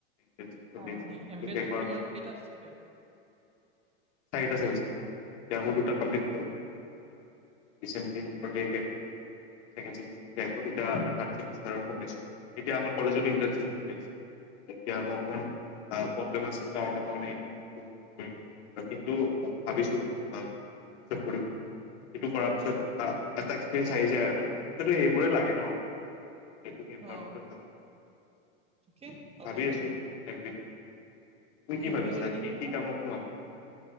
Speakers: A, on the left; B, on the right.
A: <unintelligible>
B: অ এম বি এত কিমান কেইটাত
A: চাৰিটা
B: থাকে
A: চেমিছটাৰ এতিয়া মোৰ দুটা কমপ্লিত হ'ল এতিয়া দুই নম্বৰ শেষ চেকেণ্ড চেমিছটাৰ শেষ হ'ল এতিয়া থাৰ্ট চেমিছটাৰ সোমাইছো এতিয়া মই কলেজত ইণ্টাৰ্ণশিপ চলি আছে এতিয়া মোৰ অকণমান প্ৰব্লেম আছে। সেইকাৰণে মই মানে ইন্টা কৰিল কিন্তু ভাবিছো আ। পিছত কৰিম সটো কৰাৰ পিছত এটা এক্সপিৰিয়েঞ্চ আহি যায় আৰু সেইটো মোৰে লাগে ন সেইটো
B: অ ঠিকে ভালে
A: ভাবি আছো এম প তুমি কি
B: এম
A: ভাবিছা
B: বি এ কৰি
A: কি
B: কৰিবা
A: কি কামত সোমাবা